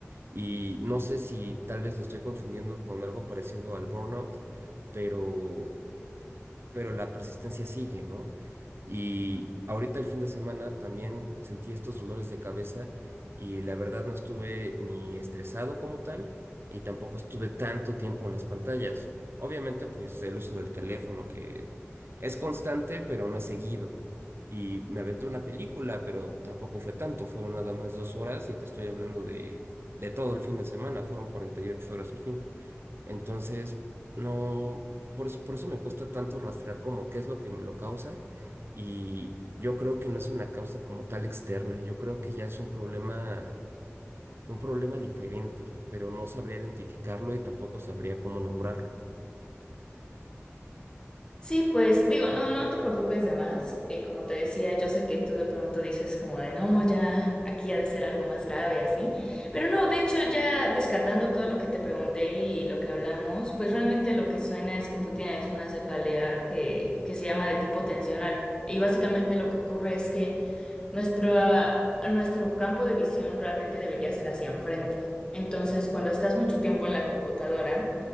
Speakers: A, on the right; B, on the left.
A: y no sé si tal vez lo estoy confundiendo con algo parecido al burnout, pero pero la persistencia sigue, ¿no? Y ahorita el fin de semana también sentí estos dolores de cabeza y la verdad no estuve ni estresado como tal y tampoco estuve tanto tiempo en las pantallas. Obviamente, pues el uso del teléfono que es constante, pero no es seguido. Y me aventé una película, pero tampoco fue tanto, fueron nada más dos horas y te estoy hablando de, de todo el fin de semana, fueron 48 horas el fin. Entonces, no, por eso, por eso me cuesta tanto rastrear como qué es lo que me lo causa y yo creo que no es una causa como tal externa, yo creo que ya es un problema, un problema diferente, pero no sabría identificarlo y tampoco sabría cómo nombrarlo.
B: Sí, pues digo, no, no te preocupes de más. Eh, como te decía, yo sé que tú de pronto dices como de no, ya aquí ha de ser algo más grave así. Pero no, de hecho ya descartando todo lo que te pregunté y lo que hablamos, pues realmente lo que suena es que tú tienes una cefalea que, que se llama de tipo tensional. Y básicamente lo que ocurre es que nuestra, nuestro campo de visión realmente debería ser hacia enfrente. Entonces, cuando estás mucho tiempo en la computadora,